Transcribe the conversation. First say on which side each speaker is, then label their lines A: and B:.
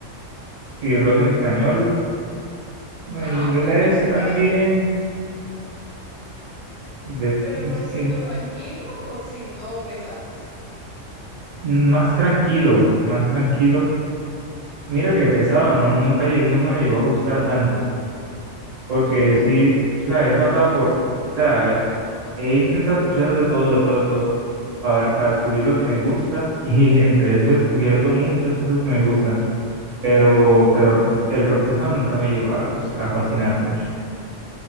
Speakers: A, on the right; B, on the right.
A: Sí, rock en español, en
B: Ah,
A: inglés
B: pero Roxito
A: también,
B: en es,
A: de-
B: pero
A: es
B: Roxito
A: que
B: tranquilo o Roxito pesadito.
A: más tranquilo, más tranquilo. Mira que pesado, no, nunca lle- nunca me llegó a gustar tanto, porque
B: Ujú.
A: sí, tú sabes, he pasado por, o sea, he, he intentado escuchar de todo, de todo, de todo, para, para descubrir lo que me gusta, y <laughs> entre eso he descubierto muchas cosas que me gustan, pero, pero
B: Ah,
A: el rock pesado nunca me llegó a gustar- a fascinar mucho.